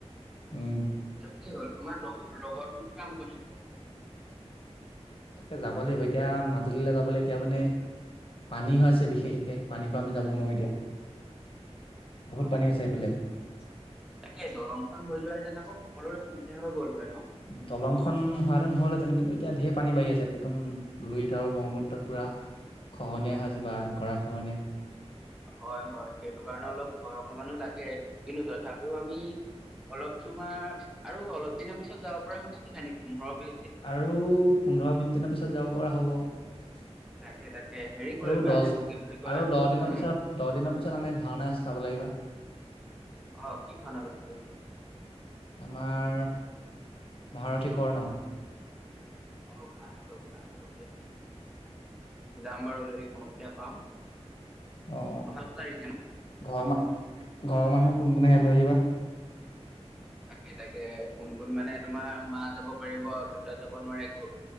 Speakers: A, on the left; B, in the centre.
A: উম
B: কি হ'ল তোমাৰ লগ লগৰটোতো কাম কৰিছিলে
A: তে যাব লাগিব এতিয়া মাজুলীলৈ যাবলৈ এতিয়া মানে পানী হৈ আছে বিশেষকে পানীৰ পৰা আমি যাব নোৱাৰো এতিয়া বহুত
B: বাৰ
A: পানী আছে
B: তাকে
A: এইফালে
B: দলংখন হৈ যোৱা হেতেন আকৌ সকলোৰে সুবিধা হৈ গ'ল হয় ন?
A: দলংখন সন হললেহেতেন কিন্তু এতিয়া ধে পানীঢ়ি আছে একদমুইত আৰু ব্ৰহ্মপুত্ৰত পুৰা খহনীয়াছে বা গৰা খহনীয়া
B: হয় হয় সেইটো কাৰণে অলপ ভয় অকমানো লাগে কিন্তু তথাপিও আমি অলপ তোমাৰ আৰু অলপ দিনৰ পিছত যাব পৰা হ'ব কি খানি পোন্ধৰ বি
A: আৰু পোন্ধৰ বিশ দিনৰ পিছত যাব পৰা হ'ব আৰু
B: তাকে তাকে হেৰি কৰিবা
A: দহ
B: এইটো কি বুলি কয়
A: আৰু দহ দিনৰ
B: উম
A: পিছত দহ দিনৰ পিছত আমাৰ ভাওনা আ চাব ল আহিবা
B: আহ কি ভাানা পাটিছে
A: আমাৰ মহাৰথী কৰ্ণ
B: অ ভাল নাটক ভাল নাটক দিয় যাম বাৰু যদি সসুবিধা পাওঁ
A: অ
B: অহা দহ তাৰিখে ন
A: ঘৰৰ ম ঘৰৰ মানুহ কোন কোনে হে লৈ আহিবা
B: তাকে তাকে কোন কোন মানে তোমাৰ মা যাব পাৰিব আৰু দেউতা যাব নোৱাৰে গ